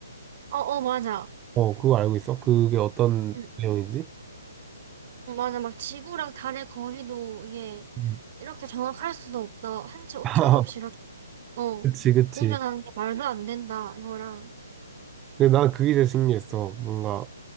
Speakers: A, on the right (about 40°); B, on the right (about 15°).
A: 어, 어, 맞아.
B: 어, 그거 알고 있어? 그게 어떤
A: 응.
B: 내용인지?
A: 음, 맞아, 막 지구랑 달의 거리도 이게
B: 음.
A: 이렇게 정확할 수도 없다. 한치 오차도
B: <laughs>
A: 없이 이렇게, 어,
B: 그치, 그치.
A: 공전하는 게 말도 안 된다. 이거랑,
B: 근데 난 그게 제일 신기했어. 뭔가